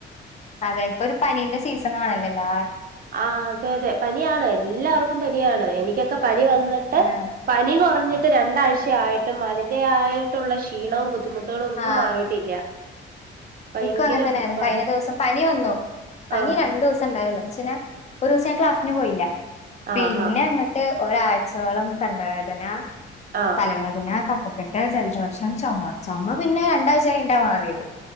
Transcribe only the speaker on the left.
അതായപ്പൊ ഒരു പനീന്റെ സീസൺ ആണല്ലോല്ലാ
ആഹ്
ആഹ്
എനിക്കും അങ്ങനെ തന്നെയരുന്നു
കഴിഞ്ഞ ദിവസം പനി വന്നോ പനി
രണ്ടു ദിവസം ഉണ്ടായള്ളു ഒരു ദിവസം ഞാൻ ക്ലാസ്സിന് പോയില്ല പിന്നെ
അങ്ങോട്ട് ഒരാഴ്ച കച്ചോളം തണ്ടവേദന
തലവേദനക്ക പക്കെട്ട് ചലച്ച വർഷം ചുമ ചുമ പിന്നെ രണ്ടാഴ്ച ആായിണ്ടാ മാറിയത്